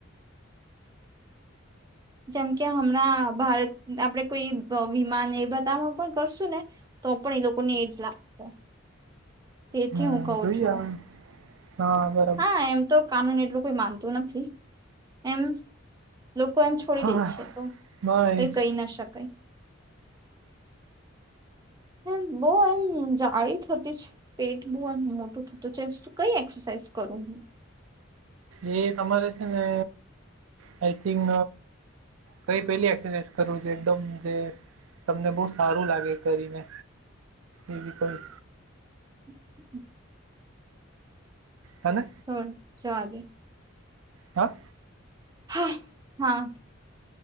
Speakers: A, on the right (about 20°); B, on the right (about 80°).
A: જેમ કે હમણાં ભારત આપડે કોઈ વિમાન એ બધામાં પણ કરશું ને તો પણ એ લોકોને એજ લાગશે તેથી
B: હમ્મ,
A: હું કવું
B: જોઈએ
A: છું
B: હવે. હા, બરાબર.
A: હા એમ તો કાનૂની એટલું કોઈ માનતું નથી એમ લોકો એમ છોડી
B: હા,
A: દે છે તો
B: ના એ
A: કઈ
B: જ.
A: કહી ના શકાય હમ બઉ એમ જાળી થતી છે. પેટ બહ એમ મોટું થતું છેું કઈ એક્સરસાઇઝ કરું હું <inaudible>
B: એ તમારે છે ને આઈ થિંક કઈ પેલી એક્સરસાાઈઝ કરું છે. એકદમ જે તમને બહુ સારું લાગે કરીને એવી કોઈ
A: <inaudible>
B: હને
A: હ જાગે
B: હા
A: હા હા